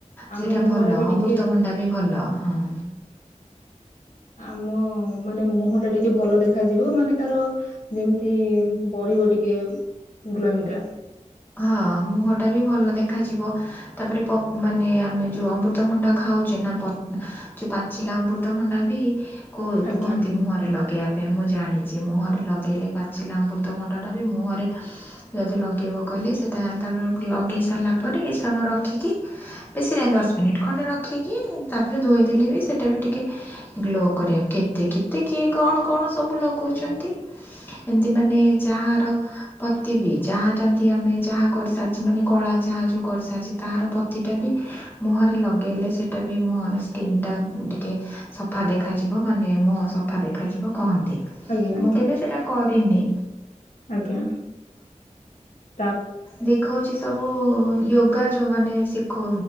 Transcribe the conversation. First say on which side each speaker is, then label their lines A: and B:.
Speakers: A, on the left; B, on the left.
A: ଆମ
B: ସେଇଟା
A: ମୁହଁ
B: ଭଲ
A: ଟା ବି
B: ଅମୃତଭଣ୍ଡା
A: ଟିକେ
B: ବି ଭଲ ହଁ
A: <inaudible> ଆମ ମାନେ ମୁହଁ ଟା ଟିକେ ଭଲ ଦେଖାଯିବ ମାନେ ତାର ଯେମିତି ବ ଟିକେ ଗ୍ଲୋଇଗ ଟା।
B: ହଁ ମୁହଁ ଟା ବି ଭଲ ଦେଖାଯିବ ତାପରେ ମାନେ ଆମେ ଯୋଉ ଅମୃତଭଣ୍ଡା ଖାଉ ହଉଛ ନା ପ ଯୋଉ ପାଚିଲା ଅମୃତ ଭଣ୍ଡା ବି
A: ଆଜ୍ଞା
B: କୁହନ୍ତି ମୁହରେ ଲଗେଇବା ପାଇଁ ମୁଁ ଜାଣିଛି, ମୁହଁରେ ଲଗେଇଲି ପାଚିଲା ଅମୃତଭଣ୍ଡାଟା ବି ମୁହଁରେ ଯଦି ଲଗେଇବ କଲେ ସେଇଟା ତାପରେ ଲଗେଇ ସାରିଲା ପରେ କିଛି ସମୟ ରଖିକି ବେଶୀ ନାହିଁ ଦଶ ମିନିଟ୍ ଖଣ୍ଡେ ରଖ ରଖିକି ତାପରେ ଧୋଇଦେଲେ ବି ସେଇଟା ବି ଟିକେ ଗ୍ଲୋ କରିବା କେତେ କେତେ କିଏ କଣ କଣ ସବୁ ଲଗଉଛନ୍ତି।
A: ହୁଁ <inaudible>
B: ଏମିତି ମାନେ ଯାହାର ପତି ବି ଯାହାର ଆମେ ଚାହା କରିସାରିଛେ ମାନେ କଳା ଚାହା ଯୋଉ କରିସାରିଛିେ ତାାର ପତି ଟା ବି ମୁହଁରେ ଲଗେଇଲେ ସେଟା ବି ମୁହର ସ୍କିନ୍ ଟା ଟିକେ ସଫା ଦେଖାଯିବ ମାନେ ମୁହଁ ସଫା ଦେଖାଯିବ। କହନ୍ତି
A: ଆଜ୍ଞା ଆଜ୍ଞା
B: ମୁଁ କେବେ ସେଟା କରିନି,
A: ଆଜ୍ଞା ତା
B: ଦେଖାଉଛି ସବୁ ଯୋଗା ଯୋଉମାନ ଶିଖ